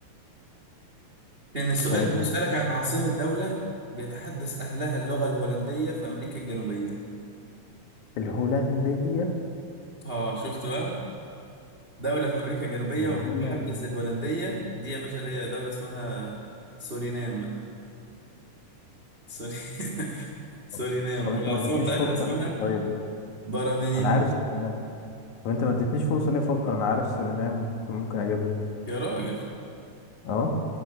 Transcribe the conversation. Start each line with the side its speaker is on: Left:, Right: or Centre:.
Right: كان السؤال
Left: <laughs> فاهمني
Right: بيسالك عن عاصمه دوله بيتحدث اهلها اللغه الهولنديه في امريكا الجنوبيه
Left: الهولندية
Right: اه شفت بقى دوله في امريكا الجنوبيه
Left: الهولند
Right: وبتتحدث الهولنديه دي يا باشا اللي هي دوله اسمها سورينام سوري <laughs> سورينام
Left: طب طب انت
Right: والعاصمة
Left: ما اديتنيش
Right: بتاعتها
Left: فرصة
Right: اسمها
Left: ليه طيب
Right: باراماريبو
Left: انا عارف سورينام طب انت ما اديتنيش فرصة ليه افكر انا عارف سورينام وكنت ممكن اجيبها
Right: يا راجل
Left: اه